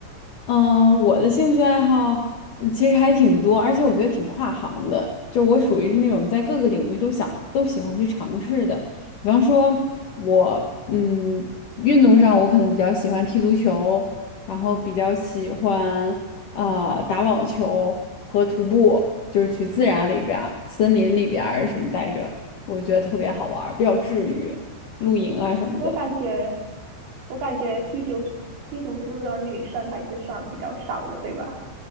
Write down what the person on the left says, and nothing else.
嗯，我的兴趣爱好嗯其实还挺多，而且我觉得挺跨行的。就我属于是那种在各个领域都想都喜欢去尝试的。比方说我，嗯，运动上我可能比较喜欢踢足球，然后比较喜欢啊打网球和徒步，就是去自然里边儿、森林里边儿什么待着，我觉得特别好玩儿比较治愈，露营啊什么的。